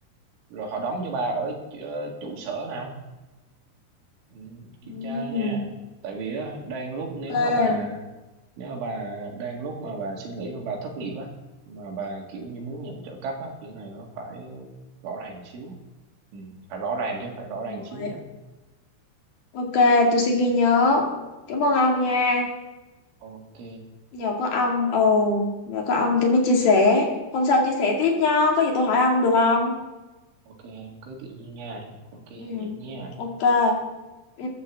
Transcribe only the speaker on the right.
rồi họ đóng cho bà ở ờ, trụ sở nào Ừ, kiểm
tra nha tại vì á đang lúc nếu
mà bà nếu mà bà đang lúc mà bà suy nghĩ mà bà thất nghiệp á mà bà kiểu như muốn nhận trợ cấp á kiểu này nó phải rõ ràng xíu ừ, phải rõ ràng chứ không phải rõ ràng
xíu nha
ok
ok cứ tự nhiên nha ok
vậy nha